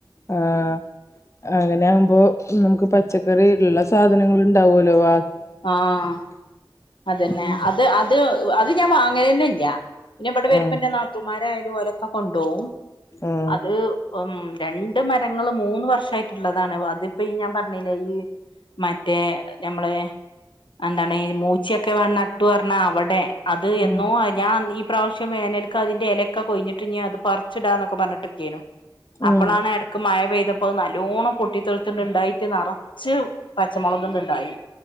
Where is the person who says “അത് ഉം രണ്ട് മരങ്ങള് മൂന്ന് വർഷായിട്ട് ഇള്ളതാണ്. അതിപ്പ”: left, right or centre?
Left